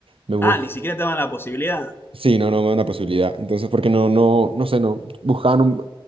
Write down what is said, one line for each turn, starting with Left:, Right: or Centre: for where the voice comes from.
Right: me voy
Left: Ah, ni siquiera te daban la posibilidad.
Right: Sí, no, no me da una posibilidad. Entonces, porque no, no, no sé, no. Buscaban un-